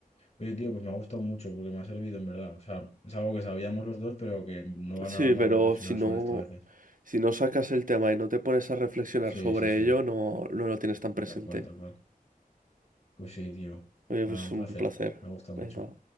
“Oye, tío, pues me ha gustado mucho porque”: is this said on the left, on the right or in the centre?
Left